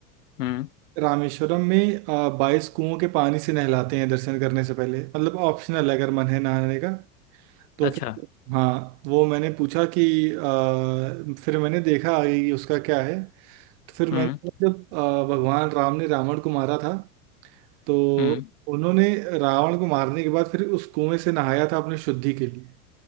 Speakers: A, on the left; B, on the right.
A: हम्म
B: रामेश्वरम में आ, बाईस कुओं के पानी से नहलाते हैं दर्शन करने से पहले मतलब ऑप्शनल है, अगर मन है नहाने का तो
A: अच्छा
B: फिर हाँ वो मैंने पूछा कि आ, फिर मैंने देखा आगे कि उसका क्या है तो फिर मैंने
A: हम्म
B: जब आ, भगवान राम ने रावण को मारा था तो
A: हम्म
B: उन्होंने रावण को मारने के बाद फिर उस कुएं से नहाया था अपने शुद्धि के लिए